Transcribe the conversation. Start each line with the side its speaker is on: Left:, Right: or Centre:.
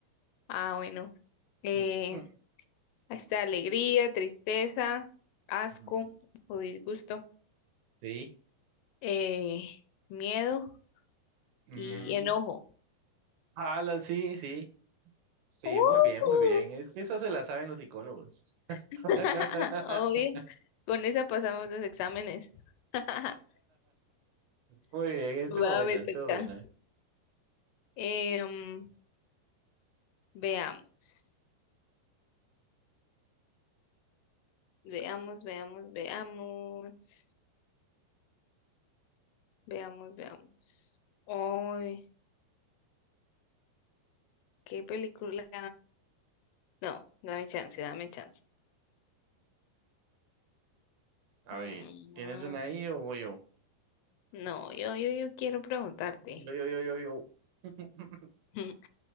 Left: Ah, bueno. Eh,
Right: Mm, hmm,
Left: está alegría, tristeza, asco
Right: ujú.
Left: o disgusto,
Right: Sí.
Left: eh, miedo
Right: mm,
Left: y enojo.
Right: ala, sí, sí. Sí,
Left: ¡Uh!
Right: muy bien, muy bien. Es que eso se la saben los psicólogos. <laughs>
Left: <laughs> Obvio, con esa pasamos los exámenes. <laughs>
Right: Muy bien, estuvo
Left: Va,
Right: buena,
Left: me toca.
Right: estuvo buena.
Left: Eh, mm, veamos, veamos, veamos, veamos, veamos, veamos. Uy, qué película. No, dame chance, dame chance.
Right: A
Left: Mm,
Right: ver, ¿tienes una ahí o voy yo?
Left: no, yo, yo, yo quiero preguntarte,
Right: Yo, yo, yo, yo, yo. <laughs>
Left: <laughs>